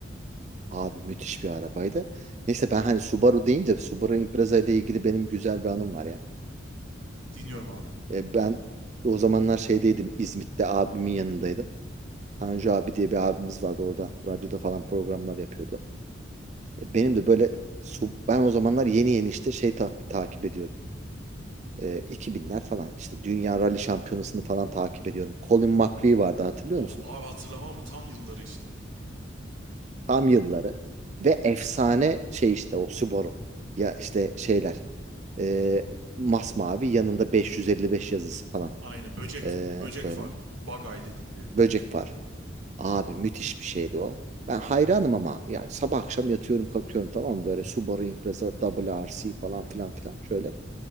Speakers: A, on the right (about 35°); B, on the right (about 80°).
A: Abi müthiş bir arabaydı. Neyse ben hani Subaru deyince Subaru Impreza ile ilgili benim güzel bir anım var ya.
B: Dinliyorum abi.
A: E, ben o zamanlar şeydeydim. İzmit'te abimin yanındaydım. Tanju abi diye bir abimiz vardı orada. Radyoda falan programlar yapıyordu.
B: Hı
A: E,
B: hı.
A: benim de böyle su- ben o zamanlar yeni yeni işte şey ta- takip ediyorum. E, 2000'ler falan işte Dünya Rally Şampiyonası'nı falan takip ediyorum. Colin McRae vardı hatırlıyor
B: Of
A: musun?
B: abi hatırlamam ama tam yılları işte.
A: Tam yılları. Ve efsane şey işte o Subaru. Ya işte şeyler. E, masmavi yanında 555 yazısı falan.
B: Aynı böcek
A: E,
B: böcek
A: böyle.
B: var. Bagay dedikleri.
A: Böcek var. Abi müthiş bir şeydi o. Ben hayranım ama yani sabah akşam yatıyorum kalkıyorum tamam mı? Böyle Subaru Impreza Double RC falan filan filan şöyle.